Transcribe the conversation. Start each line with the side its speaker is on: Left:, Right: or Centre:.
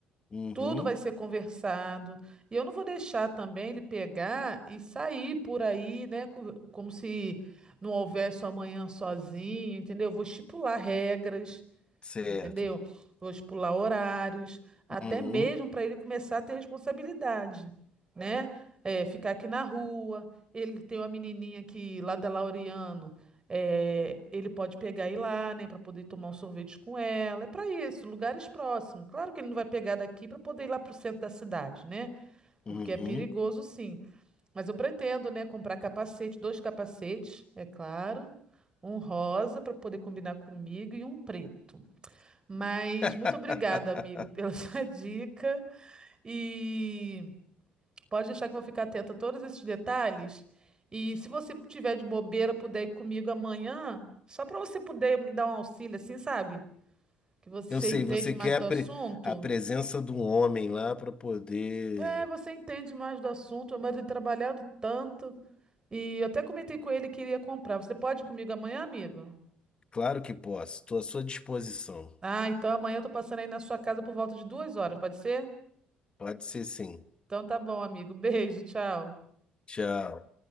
Left: Uhum,
Right: Tudo vai ser conversado. E eu não vou deixar também ele pegar e sair por aí, né? co- Como se não houvesse um amanhã sozinho, entendeu? Eu vou estipular regras.
Left: certo.
Right: entendeu? Vou pular horários, até
Left: Uhum,
Right: mesmo para ele começar a ter responsabilidade, né? É, ficar aqui na rua. Ele tem uma menininha que lá da Laureano, é, ele pode pegar e ir lá, né, para poder tomar um sorvete com ela. É para isso, lugares próximos. Claro que ele não vai pegar daqui para poder ir lá para o centro da cidade, né? Porque
Left: uhum.
Right: é perigoso, sim. Mas eu pretendo, né, comprar capacete, dois capacetes, é claro, um rosa para poder combinar comigo e um preto. Mas
Left: <laughs>
Right: muito obrigada, amigo, pela <laughs> sua dica. E pode deixar que eu vou ficar atenta a todos esses detalhes. E se você tiver de bobeira, puder ir comigo amanhã, só para você poder me dar um auxílio, assim, sabe? Que você
Left: Eu sei,
Right: entende
Left: você
Right: mais
Left: quer
Right: do
Left: a,
Right: assunto.
Left: pre- a presença do homem lá para poder.
Right: É, você entende mais do assunto, mas tem trabalhado tanto. E eu até comentei com ele que iria comprar. Você pode ir comigo amanhã, amigo?
Left: Claro que posso, estou à sua disposição.
Right: Ah, então amanhã eu tô passando aí na sua casa por volta de duas horas, pode ser?
Left: Pode ser sim.
Right: Então tá bom, amigo. Beijo, tchau.
Left: Tchau.